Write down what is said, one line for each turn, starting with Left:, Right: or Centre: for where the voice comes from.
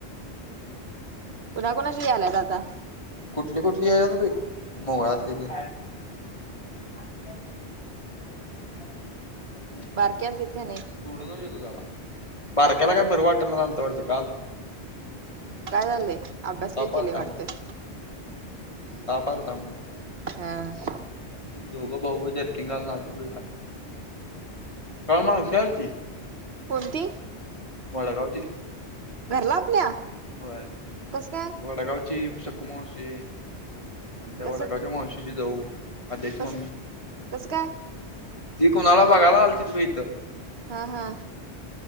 Right: कुणा कुणाची याल्यात आता
Left: कुठली कुठली याल्यात बाई मोगलातली तेन काय म्हणताय हा मेहनत
Right: बारकी आलतीत काय नाही
Left: सोडूनच येतो त्याला बारक्याला काय बरं वाटना झालत वाटतं काल
Right: हू काय झालंय अभ्यास
Left: ताप
Right: लई
Left: आलता
Right: केले वाटत
Left: म्हण
Right: हू
Left: ताप आलता म्हण
Right: हा
Left: दोघं भाऊ भाऊ जरकिंग घालून आलतीत बाई काल हा मावशी आलती
Right: कोणती
Left: वडगावची
Right: घरला आपल्या
Left: होय
Right: कसं काय
Left: वडगावची शकुमावशी आणि त्या
Right: कसं
Left: वडागावच्या मावशीची जाऊ आद्याची
Right: कसं
Left: मम्मी
Right: कसं काय
Left: ती कोणाला बघायला आलतीत बई इथं
Right: हा हा